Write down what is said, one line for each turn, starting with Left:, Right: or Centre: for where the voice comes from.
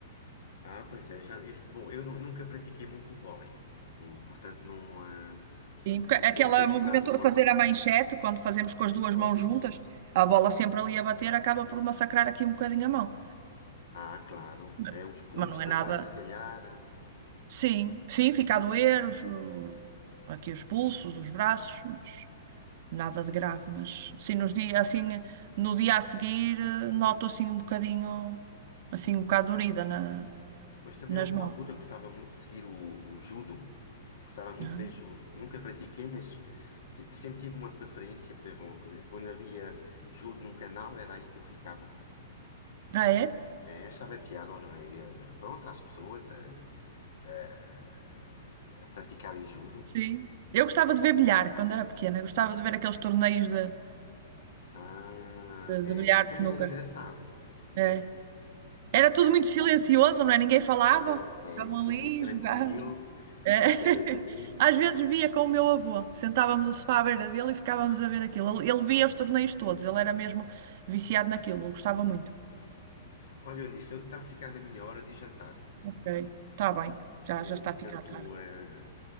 Left: Ah, pois é, já, isso, bom, eu nu- nunca pratiquei muito o vôlei. O, portanto, não. ah,
Right: Sim,
Left: ah,
Right: porque aquele
Left: deve ter jogado
Right: movimento,
Left: uma
Right: fazer
Left: ou duas.
Right: a manchete, quando fazemos com as duas
Left: Pois.
Right: mãos juntas, a bola sempre ali a bater, acaba por massacrar aqui um bocadinho a mão.
Left: Ah, claro.
Right: Mas,
Left: É, os punhos
Right: mas não
Left: também,
Right: é nada.
Left: se calhar.
Right: Sim, sim, fica a doer os- o- aqui os pulsos, os braços, mas Nada de grave, mas sim, nos dias assim, no dia a seguir, eh, noto assim um bocadinho, assim um bocado dorida na,
Left: Mas também
Right: nas
Left: houve
Right: mãos.
Left: uma altura que gostava muito de seguir o, o judo. Gostava muito
Right: Ah,
Left: de ver judo. Nunca pratiquei, mas t- sempre tive uma preferência pelo. Quando havia judo num canal, era aí que eu ficava.
Right: Ah, é?
Left: É, achava piada aos, eh, pronto, às pessoas a, a, a praticarem judo.
Right: Sim. Eu gostava de ver bilhar quando era pequena, gostava de ver aqueles torneios de,
Left: Ah,
Right: de,
Left: é.
Right: de bilhar, de
Left: Também
Right: snooker.
Left: era engraçado.
Right: É.
Left: É.
Right: Era tudo muito silencioso, não é? Ninguém falava.
Left: É,
Right: Estavam
Left: é, tudo
Right: ali,
Left: muito tranquilo,
Right: jogavam. É.
Left: um de
Right: <laughs>
Left: cada vez.
Right: Às vezes
Left: É.
Right: via com o meu avô, sentávamos no sofá à beira dele e ficávamos a ver aquilo. Ele, ele via os torneios todos, ele era mesmo viciado naquilo, ele gostava muito.
Left: Olha, Eunice, eu- está a ficar na minha hora de jantar.
Right: Ok, está bem, já,
Left: O,
Right: já está
Left: portanto,
Right: a ficar tarde.
Left: eh,